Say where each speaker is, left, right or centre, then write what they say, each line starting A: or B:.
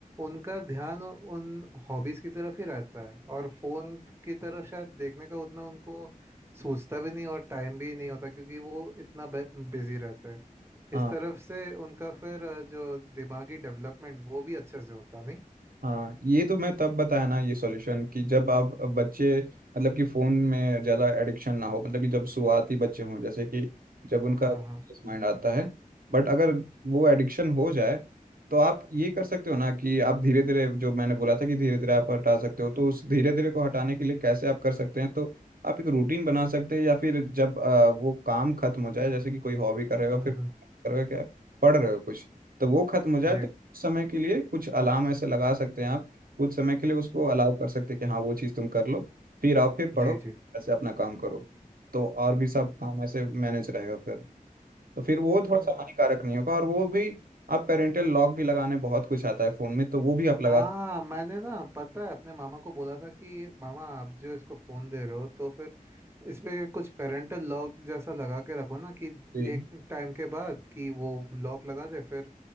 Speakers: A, on the right (about 15°); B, on the right (about 85°).
A: उनका ध्यान उ- उन हॉबीज की तरफ ही रहता है और फोन की तरफ शायद देखने का उतना उनको सूझता भी नहीं और टाइम भी नहीं होता क्योंकि वो इतना बिजी रहते हैं
B: हाँ,
A: इस तरफ से उनका फिर अ, जो दिमागी डेवलपमेंट वो भी अच्छे से होता नहीं
B: हाँ ये तो मैं तब बताया ना ये सॉल्यूशन कि जब आप बच्चे मतलब कि फोन में ज्यादा एडिक्शन ना हो मतलब कि जब शुरुआती बच्चे हों जैसे कि जब उनका
A: हाँ हाँ
B: माइंड आता है बट अगर वो एडिक्शन हो जाए तो आप ये कर सकते हो ना कि आप धीरे धीरे जो मैंने बोला था कि धीरे धीरे आप हटा सकते हो तो उस धीरे धीरे को हटाने के लिए कैसे आप कर सकते हैं तो आप एक रूटीन बना सकते हैं या फिर जब अ, वो काम खत्म हो जाए जैसे कि कोई हॉबी कर रहे हो
A: हम्म
B: फिर कर
A: हम्म
B: रहे हो क्या पढ़ रहे हो कुछ तो वो खत्म हो जाए
A: जी
B: समय के लिए कुछ अलार्म ऐसे लगा सकते हैं आप कुछ समय के लिए उसको अलाउ कर सकते हैं कि हाँ वो चीज़ तुम कर लो फिर आओ फिर पढ़ो
A: जी जी
B: ऐसे अपना काम करो तो और भी सब काम ऐसे मैनेज रहेगा फिर तो फिर वो
A: हम्म,
B: थोड़ा सा हानिकारक नहीं होगा और वो भी आप पेरेंटल लॉक भी लगाने बहुत कुछ आता है फ़ोन में तो वो भी आप लगा
A: हाँ
B: सकते
A: मैंने ना पता है अपने मामा को बोला था कि मामा आप जो इसको फोन दे रहे हो तो फिर इस पे कुछ पेरेंटल लॉक जैसा लगा के रखो ना कि
B: हैं
A: एक टाइम के बाद कि वो लॉक लगा दे फिर